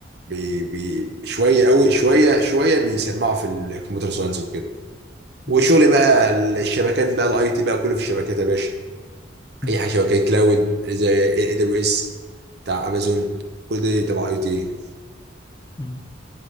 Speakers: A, on the right (about 55°); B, on the left (about 20°).
A: بي بي شويه قوي شويه شويه بيسمعوا في الكمبيوتر ساينس وكده وشغل
B: مم.
A: بقى الشبكات بقى الاي تي بقى كله في الشبكات يا باشا
B: مم.
A: اي حاجه شبكات كلاود زي اي دبليو اس بتاع امازون كل ده تبع اي تي
B: مم.